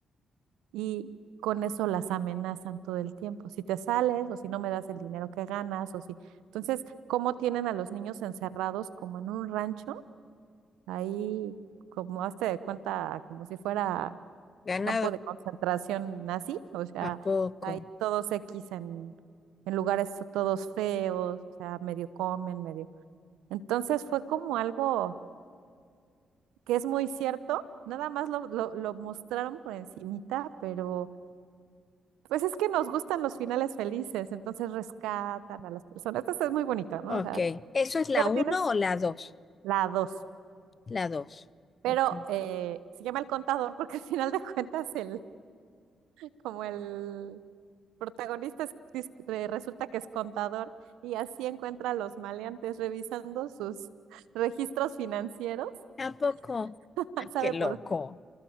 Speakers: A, on the right; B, on the left.
A: y con eso las amenazan todo el tiempo. Si te sales o si no me das el dinero que ganas o si... Entonces, ¿cómo tienen a los niños encerrados como en un rancho? Ahí, como hazte de cuenta, como si fuera
B: Ganado.
A: campo de concentración nazi, o sea,
B: ¿A poco?
A: ahí todos X en, en lugares todos feos, o sea, medio comen, medio... Entonces fue como algo que es muy cierto, nada más lo, lo, lo mostraron por encimita, pero pues es que nos gustan los finales felices, entonces rescatan a las personas. Entonces es muy bonito, ¿no?
B: Ok.
A: O sea,
B: ¿Eso es la
A: pero
B: uno
A: tienes
B: o la dos?
A: la dos.
B: La dos.
A: Pero
B: Ok.
A: eh, se llama el contador porque al final de cuentas el, como el protagonista es- dis- eh, resulta que es contador y así encuentra a los maleantes revisando sus <laughs> registros financieros,
B: ¿A poco?
A: <laughs>
B: Ay,
A: sabe
B: qué loco.
A: por.